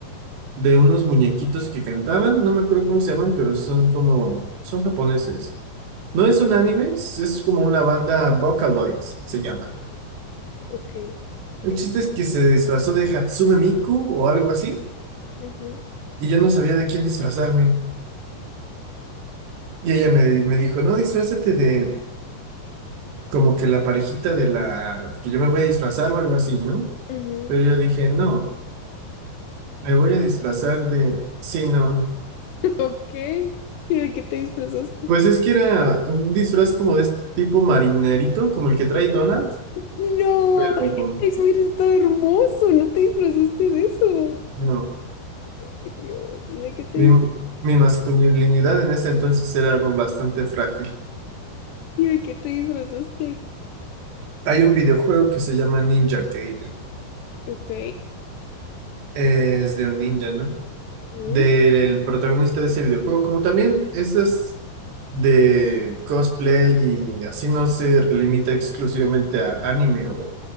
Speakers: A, on the right (about 80°); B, on the left (about 85°).
A: de unos muñequitos que cantaban, no me acuerdo cómo se llaman, pero son como, son japoneses. No es un anime, es es como una banda Vocaloids, se llama.
B: Ok.
A: El chiste es que se disfrazó de Hatsume Miku o algo así,
B: Ujú,
A: y yo no sabía de quién disfrazarme. Y ella me, me dijo, no, disfrázate de como que la parejita de la que yo me voy a disfrazar o algo así, ¿no?
B: ujú.
A: Pero yo dije, no. Me voy a disfrazar de... Sí, no.
B: Ok. ¿Y de qué te disfrazaste?
A: Pues es que era un disfraz como de este tipo marinerito, como el que trae Donald,
B: No,
A: pero
B: es muy está hermoso. No te disfrazaste de eso.
A: no.
B: Ay, Dios. ¿Y de qué te
A: Mi,
B: disfra-
A: mi masculinidad en ese entonces era bastante frágil.
B: ¿Y de qué te disfrazaste?
A: Hay un videojuego que se llama Ninja Gaiden.
B: Ok.
A: Es de un ninja, ¿no?
B: Ujú,
A: Del protagonista de ese videojuego, como también esas de cosplay y así no se limita exclusivamente a anime o